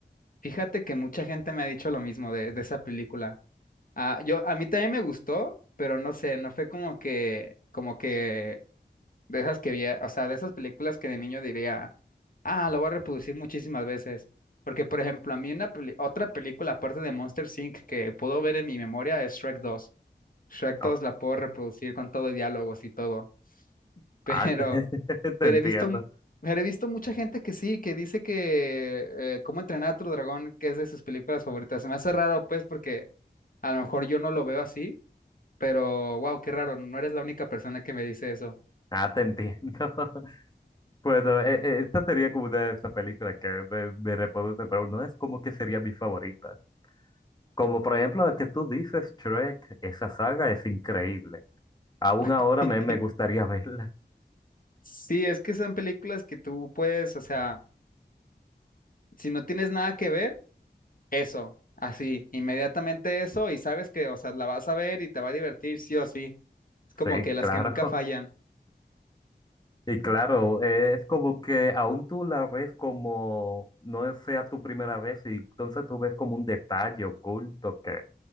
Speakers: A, on the left; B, on the left.
A: Fíjate que mucha gente me ha dicho lo mismo de, de esa película. Ah, yo, a mí también me gustó, pero no sé, no fue como que, como que de esas que vi, o sea, de esas películas que de niño diría. Ah, lo voy a reproducir muchísimas veces. Porque, por ejemplo, a mí una peli- otra película aparte de Monster Inc. que puedo ver en mi memoria es Shrek dos. Shrek
B: Oh,
A: dos la puedo reproducir con todo y diálogos y todo. <laughs> Pero,
B: ah, <laughs> te, te
A: pero
B: entiendo.
A: he visto, mu- pero he visto mucha gente que sí, que dice que eh, Cómo entrenar a tu dragón, que es de sus películas favoritas. Se me hace raro, pues, porque a lo mejor yo no lo veo así, pero wow, qué raro, no eres la única persona que me dice eso.
B: Ah, te entiendo. <laughs> Bueno, e- e- esta sería como una de esas películas que me, me reproduce, pero no es como que sería mi favorita. Como por ejemplo la que tú dices, Shrek, esa saga es increíble. Aún ahora
A: <laughs>
B: me, me gustaría verla.
A: Sí, es que son películas que tú puedes, o sea, si no tienes nada que ver Eso, así, inmediatamente eso y sabes que, o sea, la vas a ver y te va a divertir sí o sí. Es
B: <laughs>
A: como
B: Sí,
A: que las
B: claro.
A: que nunca fallan.
B: Y claro, eh, es como que aún tú la ves como no sea tu primera vez y entonces tú ves como un detalle oculto que,